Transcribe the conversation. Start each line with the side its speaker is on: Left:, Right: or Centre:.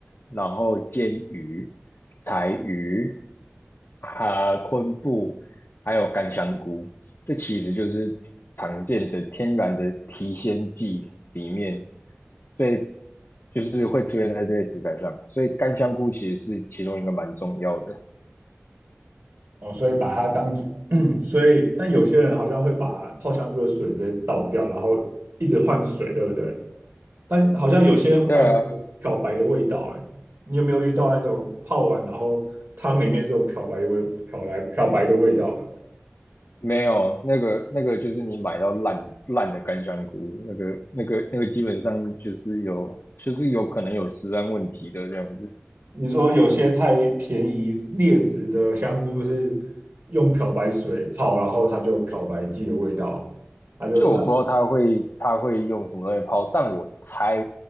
Left: 然后煎鱼、柴鱼、啊、昆布，还有干香菇。这其实就是常见的天然的提鲜剂里面所以就是会出现在这些食材上，所以干香菇其实是其中一个蛮重要的。
Right: 哦，所以把它当做，<clears throat> 所以但有些人好像会把泡香菇的水直接倒掉，然后一直换水，对不对？但好像有些爱
Left: 对啊，
Right: 漂白的味道，哎，你有没有遇到那种泡完然后汤里面是有漂白味、漂白漂白的味道的？
Left: 没有那个那个就是你买到烂烂的干香菇，那个那个那个基本上就是有就是有可能有食安问题的这样子。
Right: 你说有些太便宜劣质的香菇是用漂白水泡，然后它就有漂白剂的味道，它就烂。
Left: 就我不知道他会他会用什么东西泡，但我猜